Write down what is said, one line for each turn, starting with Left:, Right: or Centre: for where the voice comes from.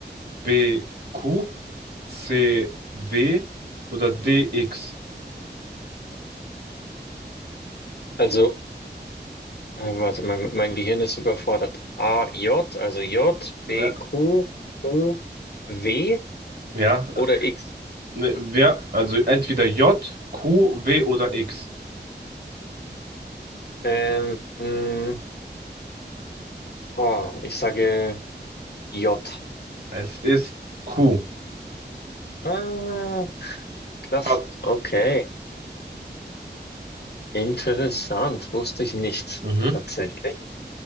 Right: B, Q, C, W oder D, X?
Left: Also Ähm, Also mein, mein Gehirn ist überfordert. A, J, also J,
Right: Ja,
Left: B, Q, U, W
Right: ja,
Left: oder X?
Right: Ne, ja, also entweder J, Q, W oder X.
Left: Ähm, mh, oh, ich sage J.
Right: Es ist Q.
Left: Ah, krass.
Right: Passt.
Left: Okay. Interessant. Wusste ich nicht.
Right: Mhm.
Left: Tatsächlich.